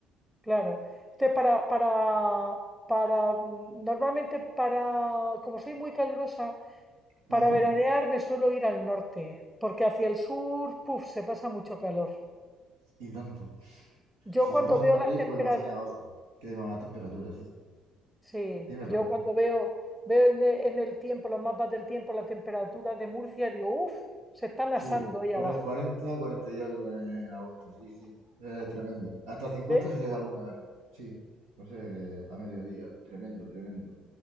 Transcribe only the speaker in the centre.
claro. Entonces, para, para, para, mm, normalmente para, como soy muy calurosa, para
veranear me suelo ir al norte, porque hacia el sur, puf, se pasa mucho calor.
Yo
cuando
veo
las temperaturas,
sí,
yo
cuando veo, veo en el, en el tiempo, los mapas del tiempo, la temperatura de Murcia, digo, uff, se están
asando ahí
abajo.
¿Ves?